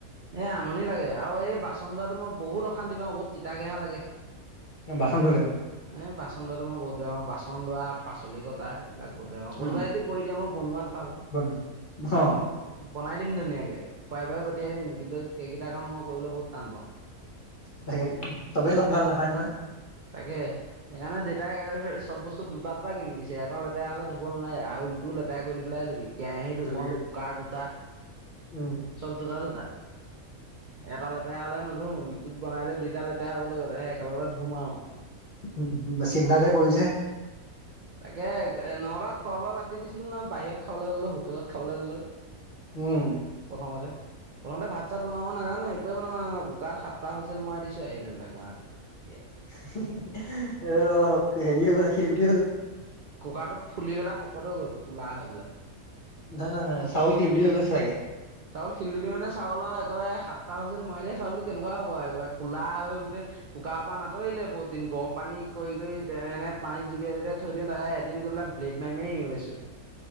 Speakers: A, on the right; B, on the left.
A: এ আমনি লাগে আৰু এই বাচন ধৰাটো মই বহুত অশান্তি পাওঁ বহুত তিতা কেহা লাগে।
B: বাচ ধূলে <unintelligible>
A: এই বাচন লোৱাটো মই বহুত বেয়া পাওঁ বাচন ধোৱা, পাচলি কটা <unintelligible> এইবিলাক বধ কোনোবাই
B: উম,
A: যদি ক দিয়া মই বনোৱাত ভাল,
B: বনা অ
A: মোক বনাই দিম ধুনীয়াকে। <unintelligible> খুৱাই বাই পঠিয়াই দিম কিন্তু সেইকেইটা কাম মই কৰিবলৈ বহুত টান পাওঁ।
B: তাকে তবেই চত ভাল নাপায় নহয়। <unintelligible>
A: তাকে সেইকাৰণে দেউেতাই চব বস্তু দুটা দুটা কিনি দিছে এটা লেতেৰা হলে ধুব নেলাগে আৰু টো লেতেৰা কৰি লৈ পেলাই দিবি কেৰাহী দুখন
B: জুবিয়ে
A: কুকাৰ দুটা
B: উম
A: চব দুটা দুটা এটা লেতেৰা হ'লে নধুও ইটোত বনালে দুইটা লেতেৰা হ'ব লাগিব সেই একেলগতে ধুম আৰু
B: উ বা চিনাতা যে কৰিছে।
A: তাকে নবা খোৱা বোৱা বাদ দি দিছিলো নহ বাহিৰত খাবলৈ ললো হোটেলত খাবলৈ ললো
B: উম
A: অ দে। প্ৰথতে ভাত চাত বনাব নাজানো একোৱে বনাব নো কুকাৰ সাপ্তাহ হৈছিল মই দিছো আহিলে এইিলাক গুৱাহাটীত। ইয়াত
B: অ হেৰি হৈ গ শিলগুটি। <unintelligible>
A: কুকাৰটো ফুলি পেলাই শকত হৈ গ'ল কোলা হৈ পেলাই।
B: ন ন নাই চাউল শিলগ হৈ গছে চাগে <unintelligible>
A: চাউল শিলগুটি মানে চাউলৰ একেবাৰে সাতটা হুইচেল মাইলে চাউলটো কেনেকুৱা হব একবাৰে কলা হৈ গোটেই কুকাৰ পৰা নাতৰিলে বহুত দিন গৰম পানী কৰি কৰি এনে পানীত জুবিয়াই- জুবিয়াই থৈ দিওঁ তাহ এ এদিন গৈবলা ব্লেড মাই মাই এৰোয়াইছো।